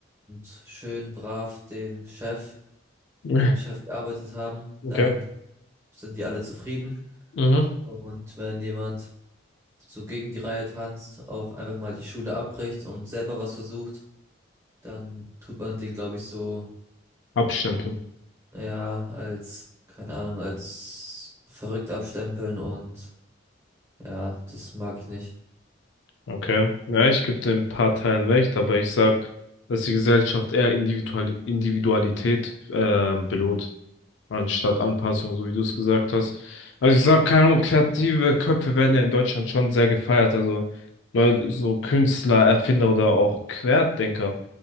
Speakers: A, on the right (about 15°); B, on the left (about 70°).
A: und schön brav dem Chef,
B: <laughs>
A: für den Chef gearbeitet haben,
B: Okay.
A: dann sind die alle zufrieden.
B: Mhm.
A: Und wenn jemand so gegen die Reihe tanzt, auch einfach mal die Schule abbricht und selber was versucht, dann tut man den, glaube ich, so
B: Abstempeln.
A: ja als, keine Ahnung, als verrückt abstempeln und ja, das mag ich nicht.
B: Okay. Ja, ich gebe dem ein paar Teilen recht, aber ich sag, dass die Gesellschaft eher Individual Individualität ähm, belohnt, anstatt Anpassung, so wie du es gesagt hast. Also ich sag, keine Ahnung, kreative Köpfe werden ja in Deutschland schon sehr gefeiert. Also Leute, so Künstler, Erfinder oder auch Querdenker